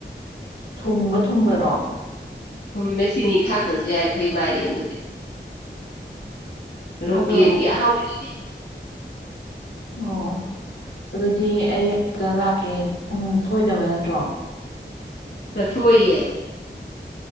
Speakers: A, on the left (about 80°); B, on the left (about 60°).
A: ꯊꯨꯝꯒ ꯊꯨꯝꯕꯔꯣ
B: ꯊꯨꯝꯃꯦ ꯆꯤꯅꯤ ꯊꯥꯛꯇꯖꯨ ꯌꯥꯏ ꯑꯩꯈꯣꯏ ꯃꯥꯏꯔꯦꯟ ꯗꯨꯗꯤ ꯂꯣꯀꯦꯟꯒꯤ
A: ꯑꯗꯣ
B: ꯑꯍꯥꯎꯕꯤꯗꯨꯅꯦ
A: ꯑꯣ ꯑꯗꯨꯗꯤ ꯑꯩ ꯑꯃꯗ ꯂꯥꯛꯀꯦ ꯅ ꯊꯣꯑꯣꯏꯗꯕ ꯅꯠꯇ꯭ꯔꯣ
B: ꯆꯠꯊꯣꯛ ꯑꯣꯏꯌꯦ